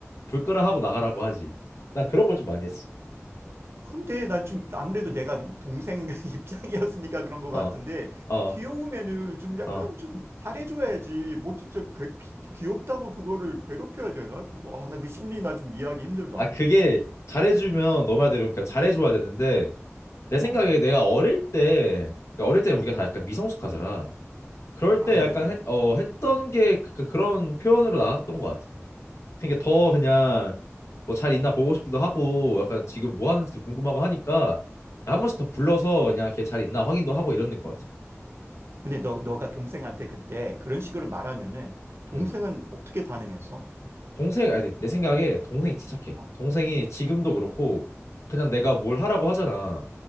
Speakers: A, on the left (about 75°); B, on the right (about 60°).
A: 불 끄라 하고 나가라고 하지. 난 그런 걸 좀 많이 했어.
B: 근데 난 좀, 아무래도 내가 동생 <laughs> 입장이었으니까 그런 것
A: 어.
B: 같은데,
A: 어.
B: 귀여우면은 좀 약간
A: 어.
B: 좀 잘해줘야지. 뭐 진짜 괴- 귀엽다고 그거를 괴롭혀야 되나? 그거, 아, 나 그 심리 나 좀 이해하기 힘들다.
A: 아, 그게 잘해주면 너 말대로 그러니까 잘해줘야 되는데 내
B: 어,
A: 생각에 내가 어릴 때 그러니까 어릴 때 우리가 다 약간 미성숙하잖아. 그럴
B: 음, 아무래도.
A: 때 약간 했, 어, 했던 게 그, 그런 표현으로 나왔던 것 같아. 그러니까 더 그냥 뭐 잘 있나 보고 싶기도 하고 약간 지금 뭐 하는지도 궁금하고 하니까 한 번씩 더 불러서 그냥 걔 잘 있나 확인도 하고 이러는 것 같아.
B: 근데 너, 너가 동생한테 그때 그런 식으로 말하면은, 동생은
A: 음.
B: 어떻게 반응했어?
A: 동생 아니 내 생각에 동생이 진짜 착해.
B: 어,
A: 동생이 지금도 그렇고 그냥 내가 뭘 하라고 하잖아.